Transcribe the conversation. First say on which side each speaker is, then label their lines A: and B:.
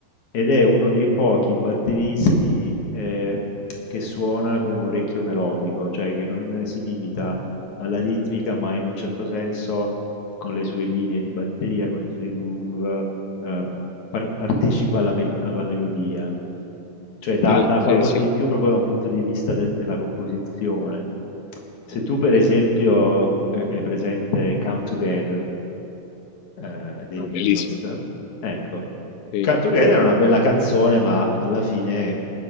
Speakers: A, on the left; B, on the left.
A: ed è uno dei pochi batteristi, ehm, che suona con un orecchio melodico, cioè che non si limita alla ritmica, ma in un certo senso con le sue linee di batteria, con i suoi groove, ehm, par partecipa alla med alla melodia. Mhmm, cioè dà
B: Sì,
A: dà
B: sì,
A: qualcosa
B: sì,
A: di più proprio da un punto di vista de della composizione. Se tu per esempio, ehm, hai presente Come Together eh, dei
B: no,
A: Beatles.
B: bellissimo.
A: Ecco,
B: Sì,
A: Come Together è una bella canzone, ma alla fine,